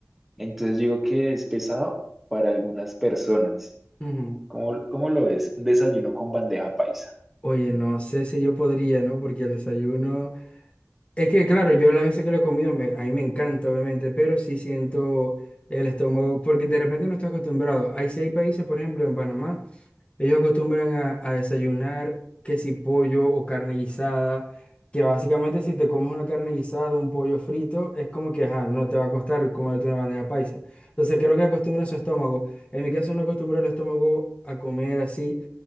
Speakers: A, in the centre; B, on the left.
A: Entonces digo que es pesado para algunas personas.
B: ujú.
A: ¿Cómo, cómo lo ves? Un desayuno con bandeja paisa.
B: Oye, no sé si yo podría, ¿no? Porque el desayuno... Es que, claro, yo las veces que lo he comido, me- a mí me encanta, obviamente, pero sí siento el estómago, porque de repente no estoy acostumbrado. Hay seis países, por ejemplo, en Panamá. Ellos acostumbran a, a desayunar que si pollo o carne guisada, que básicamente si te comes una carne guisada, un pollo frito, es como que ajá, no te va a costar comerte una bandeja paisa. Entonces creo que acostumbran su estómago. En mi caso no acostumbro el estómago a comer así.